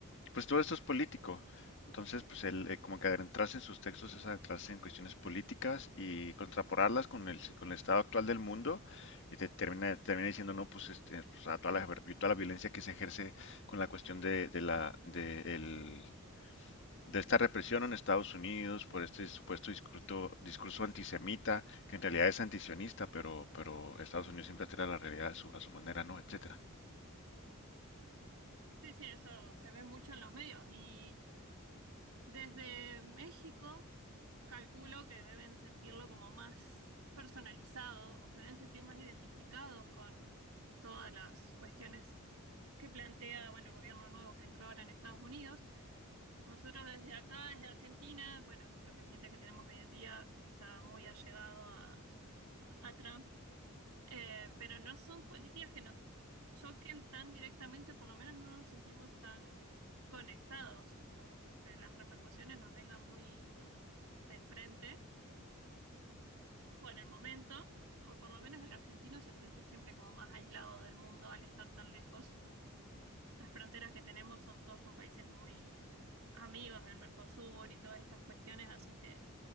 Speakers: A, on the left; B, on the right.
A: pues todo esto es político. Entonces, pues él eh, como que adentrarse en sus textos es adentrarse en cuestiones políticas y contraporarlas con el, con el estado actual del mundo y te termina, termina diciendo, no, pues, este, o sea, toda la, toda la violencia que se ejerce con la cuestión de, de la, de el- de esta represión en Estados Unidos por este supuesto discurso, discurso antisemita, que en realidad es antisionista, pero, pero Estados Unidos siempre altera la realidad a su, a su manera, ¿no? Etcétera.
B: Sí, sí, eso se ve mucho en los medios. Y desde México, calculo que deben sentirlo como más personalizado o se deben sentir más identificados con todas las cuestiones. que plantea, bueno, el gobierno nuevo que entró ahora en Estados Unidos. Nosotros desde acá, desde Argentina, bueno, el presidente que tenemos hoy en día está muy allegado a, a Trump, eh, pero no son políticas que nos choquen tan directamente, por lo menos no nos sentimos tan conectados o que las repercusiones nos vengan muy de frente por el momento, o por lo menos el argentino se siente siempre como más aislado del mundo al estar tan lejos. las fronteras que tenemos son todos con países muy amigos del Mercosur y todas estas cuestiones hacen que